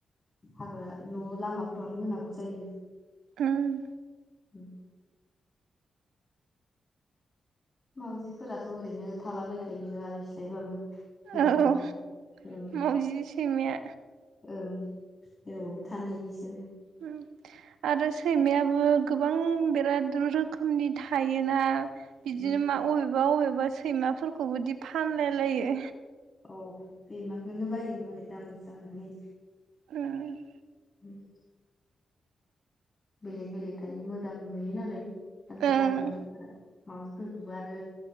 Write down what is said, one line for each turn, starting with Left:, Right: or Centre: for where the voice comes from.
Left: हाग्रा न' लामाफोरावनो होनांगौ जायो
Right: ओं
Left: उम मावजिफोराथ' ओरैनो थालाबायखायो आलाय सिलायबाबो जेरावबाबो
Right: औ
Left: ओं
Right: मावजि सैमाया।
Left: ओं जेरावबाबबो थानो हायो बिसोरो
Right: उम आरो सैमायाबो गोबां बिराद रोखोमनि थायोना बिदिनो
Left: उम
Right: मा अबेबा-अबेबा सैमाफोरखौबोदि फानलायलायो।
Left: औ बेमाखौनो बायो मालाइ दाम गोसा होनानै
Right: उम
Left: उ <inaudible> बेलेग बेलेग थायो मोजांबो नुयो नालाय ओन्थ'
Right: ओं
Left: बायो मानसिफोरा मावाउजिफोरखौबो आरो